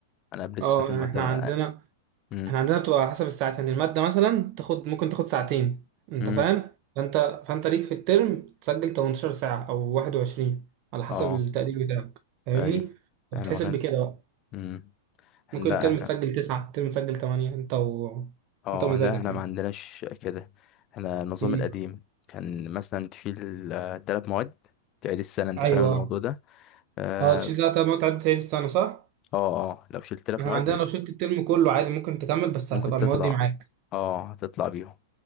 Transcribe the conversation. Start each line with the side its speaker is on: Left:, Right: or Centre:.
Left: انا قبل الساعات
Right: اه
Left: المعتمده
Right: احنا عندنا
Left: امم
Right: احنا عندنا بتبقى على حسب الساعات يعني المادة مثلا تاخد ممكن تاخد ساعتين انت
Left: امم
Right: فاهم فانت فانت ليك في الترم تسجل 18 ساعة او 21 على حسب
Left: اه
Right: التقدير بتاعك فاهمني
Left: ايوه
Right: فبتحسب
Left: احنا ما كان
Right: بكده بقى
Left: امم
Right: ممكن
Left: لا
Right: ترم
Left: احنا
Right: تسجل 9 ترم تسجل 8 انت و...
Left: اه
Right: انت مزاجك
Left: لا احنا
Right: يعني
Left: ما عندناش كده احنا النظام
Right: امم
Left: القديم كان مثلا تشيل آه، تلات مواد تعيد السنه انت
Right: ايوه
Left: فاهم الموضوع ده اه
Right: اه تشيل ساعة ما تعدي تعيد السنة صح؟
Left: اه آه، لو شلت تلات
Right: احنا
Left: مواد
Right: عندنا لو شلت الترم كله عادي ممكن تكمل بس
Left: ممكن
Right: هتبقى
Left: تطلع
Right: المواد دي معاك
Left: اه هتطلع بيهم